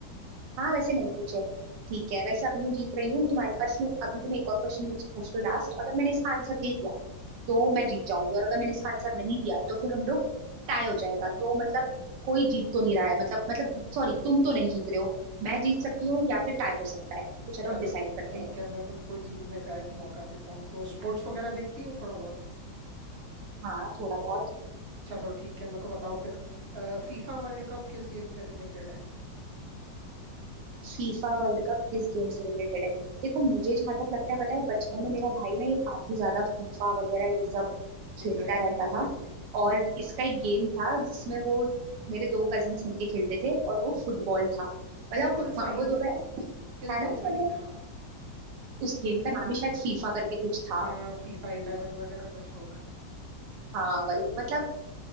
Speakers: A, on the right (about 80°); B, on the right (about 50°).
A: हाँ वैसे नहीं पूछे ठीक है वैसे अभी मैं जीत रही हूँ तुम्हारे पास में अभी तुम एक और क्वेश्चन मुझसे पूछ लो लास्ट अगर मैंने इसका आंसर दे दिया तो मैं जीत जाऊंगी और अगर मैंने इसका आंसर नहीं दिया तो फिर हम लोग टाई हो जाएगा तो मतलब कोई जीत तो नहीं रहा है मतलब मतलब सॉरी तुम तो नहीं जीत रहे हो मैं जीत सकती हूँ या फिर टाई हो सकता है तो चलो
B: चलो
A: अब डिसाइड करते
B: ठीक
A: हैं
B: है मैं तुमको जीतने का एक मौका देता हूँ तो स्पोर्ट्स वगैरह देखती हो थोड़ा बहुत
A: हाँ थोड़ा बहुत
B: चलो ठीक है मेरे को बताओ फिर फीफा वर्ल्ड कप किस गेम से रिलेटेड है
A: फीफा वर्ल्ड कप किस गेम से रिलेटेड है देखो मुझे जहां तक लगता है पता है बचपन में मेरा भाई ना ये काफी ज्यादा फीफा वगैरह ये
B: हम्म
A: सब खेलता
B: Exactly
A: रहता
B: exactly
A: था और इसका एक गेम था जिसमें वो मेरे दो कजिन्स मिलके खेलते थे और वो फुटबॉल था मतलब
B: बिल्कुल
A: वहाँ-
B: सही
A: वो दोनों
B: बिल्कुल
A: है ना
B: सही
A: मतलब
B: जवाब
A: उस गेम का नाम ही शायद फीफा करके कुछ था
B: हाँ फीफा इलेवन वगैरह कुछ होगा
A: हाँ वही मतलब